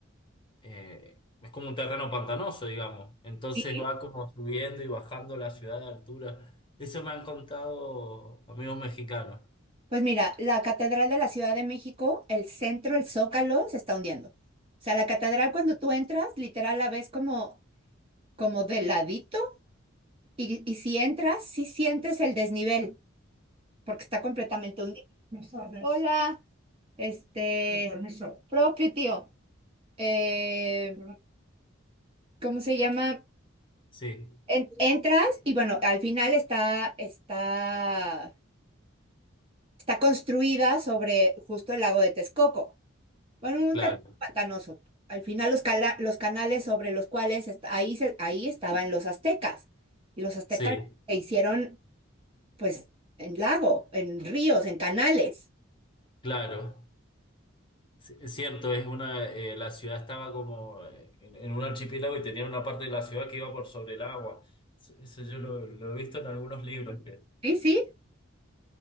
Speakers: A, on the left (about 25°); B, on the right (about 25°).
A: eh, es como un terreno pantanoso, digamos. Entonces
B: Sí.
A: va como subiendo y bajando la ciudad de altura. Eso me han contado amigos mexicanos.
B: Pues mira, la Catedral de la Ciudad de México, el centro, el Zócalo, se está hundiendo. O sea, la catedral cuando tú entras, literal la ves como, como de ladito Y, y si entras, sí sientes el desnivel, porque está completamente hundido. Hola, Con este, Con propio tío. eh, ¿cómo se llama?
A: Sí,
B: En- entras y bueno, al final está, está, está construida sobre justo el lago de Texcoco. Bueno, un
A: claro,
B: terreno pantanoso. Al final los, cala- los canales sobre los cuales est- ahí, se- ahí estaban los aztecas. Y los aztecas
A: sí,
B: se hicieron pues en lago, en ríos, en canales.
A: claro. Sí, Es cierto, es una, eh, la ciudad estaba como eh, en, en un archipiélago y tenía una parte de la ciudad que iba por sobre el agua. Sí, Eso yo lo, lo he visto en algunos libros, que
B: Sí, sí.